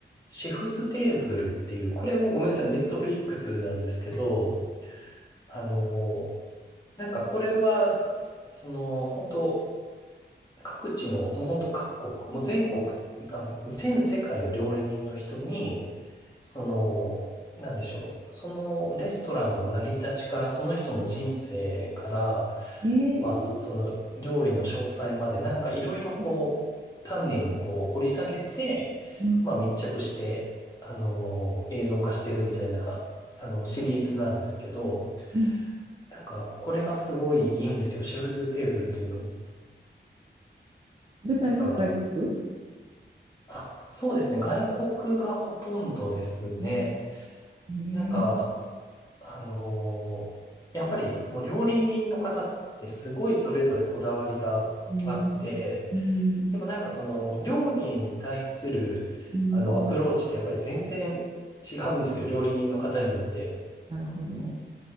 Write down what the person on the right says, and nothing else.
あ
えー、
う
ん。
うん。
舞台は外国
ん。えー、
うん。うん。
うん。
なるほど。